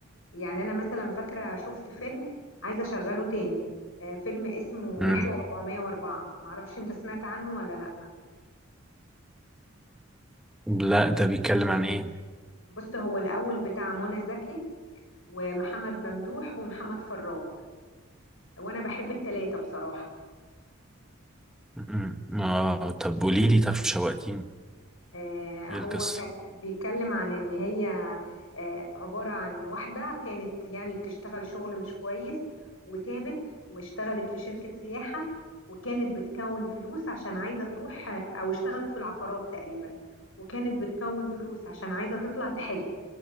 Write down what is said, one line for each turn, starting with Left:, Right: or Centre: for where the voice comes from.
Left: يعني انا مثلا فاكره شفت فيلم عايزه اشغله تاني آه، فيلم اسمه
Centre: مم.
Left: رحله 404 معرفش انت سمعت عنه ولا لا
Centre: لا ده بيتكلم عن ايه
Left: بص هو الاول بتاع منى زكي ومحمد ممدوح ومحمد فراج وانا بحب التلاتة بصراحة
Centre: مم. اه طب قولي لي طب شوقتيني
Left: آه
Centre: ايه
Left: هو
Centre: القصة
Left: كان بيتكلم عن ان هي آه عبارة عن واحدة كانت يعني بتشتغل شغل مش كويس وتابت واشتغلت في شركة سياحة وكانت بتكون فلوس عشان عايزة تروح آه، او اشتغلت في العقارات تقريبا وكانت بتكون فلوس عشان عايزة تطلع تحج